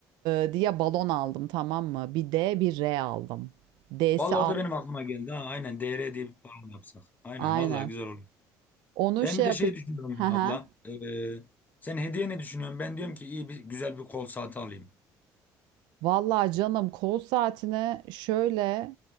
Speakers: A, on the right (about 80°); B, on the left (about 25°).
A: e, diye balon aldım tamam mı? Bir D bir R aldım. D'si
B: Vallahi
A: altı.
B: o da benim aklıma geldi ha. Aynen DR diye bir program yapsak. Aynen
A: Aynen.
B: vallahi güzel olur.
A: Onu
B: Ben
A: şey
B: bir de
A: yapacağım.
B: şey düşünüyorum ya abla.
A: <laughs>
B: Ee, sen hediye ne düşünüyorsun? Ben diyorum ki iyi bir güzel bir kol saati alayım.
A: Vallahi canım kol saatine şöyle